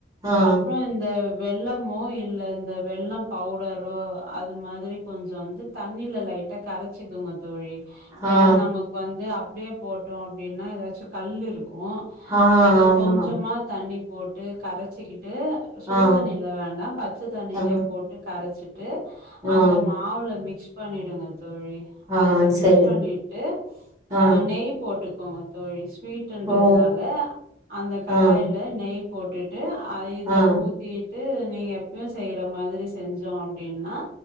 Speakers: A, on the right; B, on the right.
A: ஆ
B: அப்றொ இந்த வெல்லமோ இல்ல இந்த வெல்லம் பவுடரோ அது மாதிரி கொஞ்ச வந்து தண்ணில லைட்டா கரச்சிக்கோங்க தோழி
A: ஆ
B: ஏனா நமக்கு வந்து அப் டியே போட்டோ அப்டின்னா எதாச்சு கல் இரு க்கு
A: ஆ
B: நீங்க
A: ஆமா
B: கொஞ்சமா தண்ணி போட்டு கரச்சிக்கிட் டு சுடு
A: ஆ
B: தண்ணிவ வேண்டா பச்ச தண்ணிலே
A: ஆ
B: கரச்சு ட்டு
A: ஆ
B: அந்த மாவுல மிக்ஸ் பண்ணிடுங்க தோழி
A: ஆ
B: அதுல மிக்ஸ்
A: சரி
B: பண்ணிட்டு
A: ஆ
B: ஆ‌ நெய் போட்டு கோங்க தோழி ஸ்வீட்டுன்றதுனால
A: ஓ
B: அந்த கடாய்ல
A: ஆ
B: நெய் போட்டு டு அ இத
A: ஆ
B: ஊதிட்டு நீங்க எப்பியு செய்யற மாரி த் செஞ்சோ அப்பிடின்னா